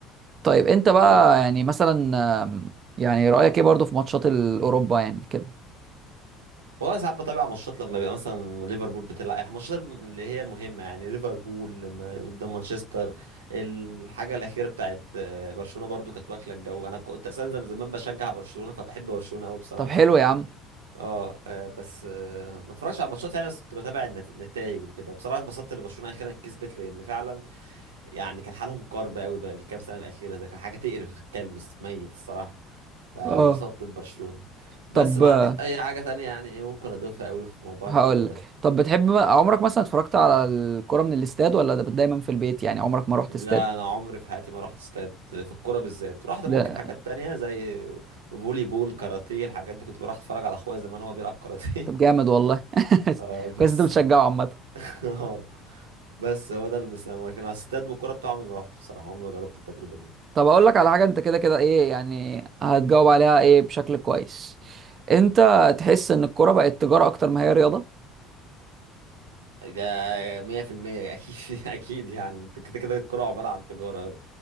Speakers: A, on the right (about 40°); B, on the right (about 85°).
A: طيب انت بقى
B: طيب
A: يعني مثلا آم، يعني رايك ايه برضو في ماتشات الاوروبا يعني كده
B: والله ساعات بتابع ماتشات لما بيبقى مثلا ليفربول بتلعب يعني الماتشات اللي هي المهمة يعني ليفربول لما قدام مانشستر الحاجة الأخيرة بتاعت آه، برشلونة برضو كانت واكلة الجو أنا كنت أساسا زم- زمان بشجع برشلونة فبحب برشلونة أوي بصراحة
A: طب حلو يا عم
B: أه آه، بس آه، ما اتفرجش على الماتشات يعني بس كنت بتابع النتائج وكده وبصراحة اتبسطت إن برشلونة أخيرا كسبت لأن فعلا يعني كان حالهم كرب قوي بقى الكام سنة الأخيرة ده كان حاجة تقرف الكلب الص- ميت الصراحة فبسطت
A: اه
B: ببرشلونة
A: طب
B: بس ما عنديش أي حاجة تانية يعني إيه ممكن أضيفها قوي في موضوع
A: هقول
B: الكورة ده
A: لك طب بتحب عمرك مثلا اتفرجت على الكرة من الاستاد ولا ده دايما في البيت يعني عمرك ما رحت
B: لا
A: استاد
B: أنا عمري في حياتي ما رحت استاد في الكورة بالذات رحت
A: لا
B: ممكن حاجات تانية زي فولي بول كاراتيه الحاجات دي كنت بروح أتفرج على أخويا زمان وهو بيلعب كاراتيه
A: طب جامد والله
B: <laughs>
A: <laughs>
B: آه، بس
A: كويس انت بتشجعه عامة
B: <laughs> آه، بس هو ده اللي بس لكن على الاستاد والكورة بتاعه عمري ما رحت بصراحة عمري ما جربت التجربة دي
A: طب اقول لك على حاجه انت كده كده ايه يعني هتجاوب عليها ايه بشكل كويس انت تحس ان الكوره بقت تجاره اكتر ما هي رياضه
B: ده 100% اكيد <laughs> اكيد يعني انت كده كده الكوره عباره عن تجاره